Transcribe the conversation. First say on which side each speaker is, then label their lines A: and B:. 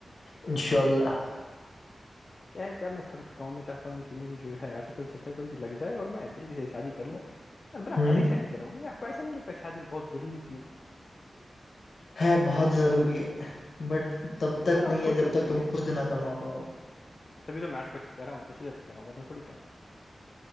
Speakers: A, on the left (about 75°); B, on the left (about 55°).
A: انشاء اللہ
B: ج کیا کیا م میں تھک چکا ہوں میں چاہتا ہوں کہ میری جو ہے آرٹیکل سے پ جلدی لگ جائے اور میں جلدی سے شادی کر لوں بنا
A: ہوں
B: پریشانی کر رہا ہوں یہ آپ کو ایسا نہیں لگتا شادی بہت روری چیز ہے
A: ہے بہت ضروری ہے بٹ تب
B: مطلب
A: تک
B: آپ
A: نہیں
B: سوچو
A: ہے جب تک
B: کہ
A: تم خود نہ کما پاؤ
B: تبھی تو بیٹھ کرب کہ رہا ہوں اس لیے تو کہہ رہ ہ ورن نے تھوڑی کیا تھا